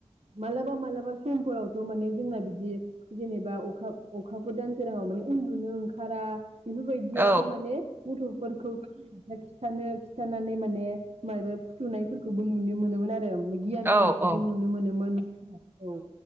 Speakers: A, on the right (about 65°); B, on the right (about 20°).
A: मालाबा मालाबा समफोरावथ' माने जोंना बिदि जेनेबा अखा अखाफोर दानसोराङाव माने उन्दुनो ओंखारा बेफोरबायदियावबो
B: औ
A: माने गथ' फोरखौ खिथानो खिथानानै माने माबा फुथुनायफोरखौबो नुनो मोनोमोन आरो गियान
B: औ
A: होनायखौबो
B: औ
A: नुनो मोनोमोन। <unintelligible> औ